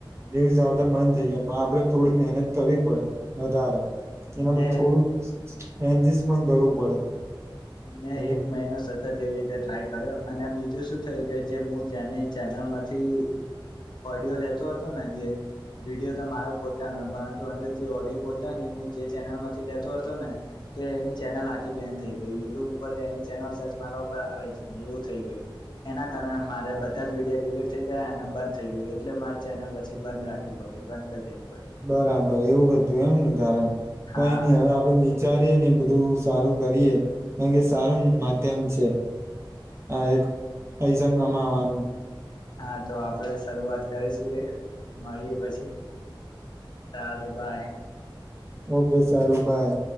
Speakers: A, on the right; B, on the left.
A: એવું જ આવતા મન થઈ જાય આપડે થોડી મહેનત કરવી પડે વધારે એનામાં
B: ને
A: થોડું એન્જસ્ટ પણ કરવું પડે
B: ને
A: કારણ કે
B: એક મહિનો સતત તેવી રીતે ટ્રાય કર્યો અને બીજું શું થયું કે જે હું જેને ચેનલમાંથી યો લેતો હતો ને જે વિડીયો તો મારો પોતા નંત અંદર જે ઓડિયો બોલતાને ચેનલ માંથી લેતો હતો ને તો એને ચેનલ આખી બેન થઈ ગ યુટ્યુબ ઉપર એની ચેનલ સર્ચ મારા ઉપર આવે જ ને એવું થઈ ગયું એના કારણે મારે બધા જ વિીડિયા િલીટ થઈ ગયા અને બંધ થઈ ગયું એટલે મારે ચેનલ પછી બંધ રાખવી પડી બંધ કરી દે
A: બરાબર એવું હતું એમ ને કારણ કઈ
B: હા
A: નઈ હવે આપ વિચાર ને બધું સારું કરીે કારણ કે સારું માધ્યમ છે હા એક પૈસંગમાં આવવાનું
B: હા તો આપડે શરૂઆત કરીશું એક મળીએ પછી સારુંબાઈ
A: ઓકે સારું બાય